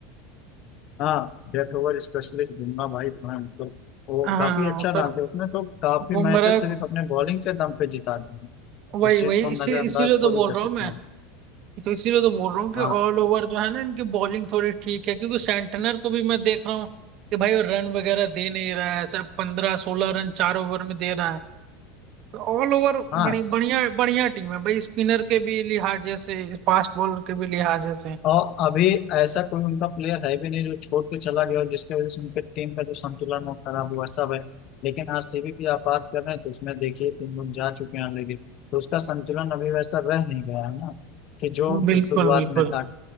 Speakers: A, on the left; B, on the right.
A: हाँ, डेथ ओवर स्पेशलिस्ट बुमराह भाई हाँ, तो हैं उनको वो
B: हाँ
A: काफी अच्छा
B: और फिर
A: डालते हैं उसने तो काफी
B: बुमराह
A: मैचेस सिर्फ
B: को-
A: अपने बॉलिंग के दम पे जिता दिए हैं।
B: वही
A: इस चीज
B: वही
A: को हम
B: इसी
A: नजरअंदाज
B: इसीलिए तो
A: थोड़ी
B: बोल
A: कर
B: रहा
A: सकते
B: हूँ मैं
A: हैं
B: तो इसीलिए तो बोल रहा हूँ कि
A: हाँ
B: ऑल ओवर जो है ना इनकी बॉलिंग थोड़ी ठीक है क्योंकि सेंटनर को भी मैं देख रहा हूँ कि भाई वो रन वगैरह दे नहीं रहा है सब पंद्रह सोलह रन चार ओवर में दे रहा है तो ऑल ओवर
A: हाँ
B: बड़ी बढ़िया बढ़िया टीम है भाई स्पिनर के भी लिहाजे से फास्ट बॉलर के भी लिहाजे से
A: और अभी ऐसा कोई उनका प्लेयर है भी नहीं जो छोड़ के चला गया हो जिसकी वजह से उनके टीम का जो संतुलन वो खराब हुआ सब है लेकिन आरसीबी की आप बात कर रहे हैं तो उसमें देखिए तीन लोग जा चुके हैं लेकिन तो उसका संतुलन अभी वैसा रह नहीं गया है ना कि जो
B: बिल्कुल
A: शुरुआत
B: बिल्कुल
A: में था